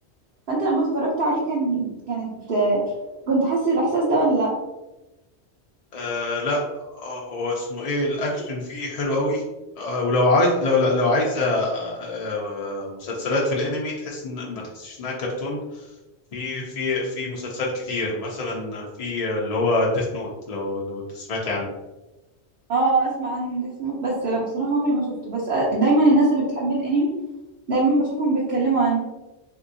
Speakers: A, on the right; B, on the left.
A: فانت لما اتفرجت عليه كان كانت كنت حاسس الاحساس ده ولا لا
B: آه لا آه، هو اسمه إيه الأكشن فيه حلو قوي آه ولو عايز لو لو عايزة آه آه، مسلسلات في الأنمي تحس إن ما تحسش إنها كرتون في في في مسلسلات كتير مثلا في آه، اللي هو ديث نوت لو لو سمعتي عنه
A: اه اسمع عن ديث نوت بس بصراحه عمري ما شفته بس دايما الناس اللي بتحب الانمي دايما بشوفهم بيتكلموا عنه